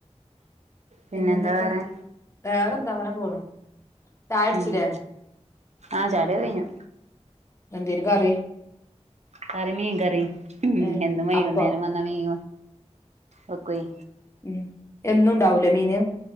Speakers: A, on the right; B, on the left.
A: പിന്നെന്താ
B: പിന്നെന്തൊക്കെ
A: വേറെ
B: വേറെന്താ അങ്ങനെ പോണ് ചായ കുടിച്ചില്ലേ
A: ഉമ് ആഹ് ചായൊടിക്കെ കയ്ഞ്ഞു
B: എന്തേര്ന്നു കറി
A: കറി മീൻ കറി ഉമ്
B: ഏ
A: എന്നും വൈകുന്നേരം
B: അപ്പോ
A: വന്നാ മീൻ വെക്കൊയ്
B: ഉമ് എന്നും ഇണ്ടാവൂലേ മീന്